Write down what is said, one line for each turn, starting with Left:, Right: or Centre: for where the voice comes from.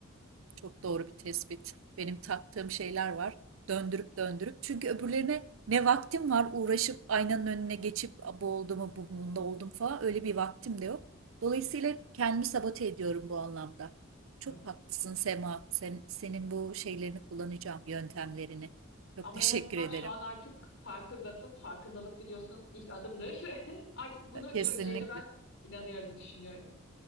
Right: Çok doğru bir tespit. Benim taktığım şeyler var. Döndürüp döndürüp. Çünkü öbürlerine ne vaktim var uğraşıp aynanın önüne geçip bu oldu mu bu bunda oldum falan öyle bir vaktim de yok. Dolayısıyla hep kendimi sabote ediyorum bu anlamda. Çok
Left: Evet.
Right: haklısın Sema. Sen, senin bu şeylerini kullanacağım, yöntemlerini. Çok
Left: Ama
Right: teşekkür
Left: en azından
Right: ederim.
Left: şu an artık farkındasın. Farkındalık biliyorsun ilk adımdır. <laughs> Artık bunu
Right: Kesinlikle.
Left: çözeceğine ben inanıyorum, düşünüyorum.